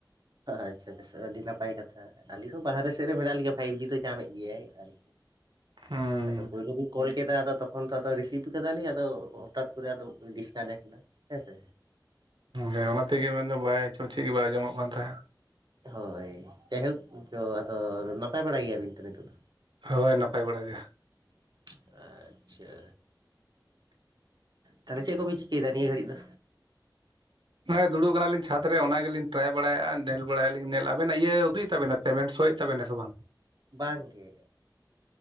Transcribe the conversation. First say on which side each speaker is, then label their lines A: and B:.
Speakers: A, on the right (about 60°); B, on the right (about 90°).
A: ᱟᱪᱪᱷᱟ ᱟᱪᱷᱟ ᱟᱹᱰᱤ ᱱᱟᱯᱟᱭ ᱠᱟᱛᱷᱟ᱾ ᱟᱞᱤᱧ ᱦᱚᱸ ᱵᱟᱦᱟᱨᱮ ᱥᱮᱫ ᱨᱮ ᱢᱮᱱᱟᱜ ᱞᱤᱧᱟ ᱯᱷᱟᱭᱤᱵ ᱡᱤ ᱫᱚ ᱧᱟᱢᱮᱫ ᱜᱮᱭᱟᱭ ᱟᱨᱤ᱾
B: ᱦᱩᱸ
A: ᱦᱮᱸ ᱛᱚ ᱯᱳᱭᱞᱳ ᱵᱤᱱ ᱠᱚᱞ ᱠᱮᱫᱟ ᱟᱫᱚ ᱛᱚ ᱯᱷᱳᱱ ᱛᱚ ᱟᱫᱚ ᱨᱤᱥᱤᱵᱷ ᱠᱟᱫᱟᱞᱤᱧ ᱟᱫᱚ ᱦᱚᱴᱟᱛ ᱠᱚᱨᱮ ᱟᱫᱚ ᱰᱤᱥᱠᱟᱱᱮᱠᱴ ᱮᱱᱟ ᱦᱮᱸ ᱥᱮ᱾
B: ᱦᱮᱸ ᱚᱱᱟ ᱛᱮᱜᱮ ᱢᱮᱱᱫᱚ ᱵᱟᱭ ᱟᱪᱚ ᱪᱮᱫ ᱜᱤ ᱵᱟᱭ ᱟᱸᱡᱚᱢᱚᱜ ᱠᱟᱱ ᱛᱟᱦᱮᱸᱫ᱾
A: ᱦᱳᱭ ᱡᱟᱭᱦᱳᱠ <unintelligible> ᱟᱫᱚ ᱱᱟᱯᱟᱭ ᱵᱟᱲᱟ ᱜᱮᱭᱟᱵᱤᱱ ᱛᱚ ᱱᱤᱛᱚᱜ ᱫᱚ᱾
B: ᱦᱳᱭ ᱱᱟᱯᱟᱭ ᱵᱟᱲᱟ ᱜᱮ᱾
A: <inaudible> ᱟᱪᱪᱷᱟ᱾ ᱛᱟᱦᱚᱞᱮ ᱪᱮᱫ ᱠᱚᱯᱮ ᱪᱤᱠᱟᱹᱭᱮᱫᱟ ᱱᱤᱭᱟᱹ ᱜᱷᱟᱹᱲᱤᱡ ᱫᱚ?
B: ᱦᱮᱸ ᱫᱩᱲᱩᱵ ᱠᱟᱱᱟᱞᱤᱧ ᱪᱷᱟᱛ ᱨᱮ ᱚᱱᱟ ᱜᱮᱞᱤᱧ ᱴᱨᱟᱭ ᱵᱟᱲᱟᱭᱮᱜᱼᱟ ᱧᱮᱞ ᱵᱟᱲᱟᱭᱟ ᱞᱤᱧ ᱧᱮᱞ ᱟᱵᱮᱱᱟᱜ ᱤᱭᱟᱹ ᱩᱫᱩᱜᱮᱫ ᱛᱟᱵᱮᱱᱟ ᱯᱮᱢᱮᱱᱴ ᱥᱳᱭᱮᱫ ᱛᱟᱵᱮᱱᱟ ᱥᱮ ᱵᱟᱝ?
A: ᱵᱟᱝ ᱜᱮ᱾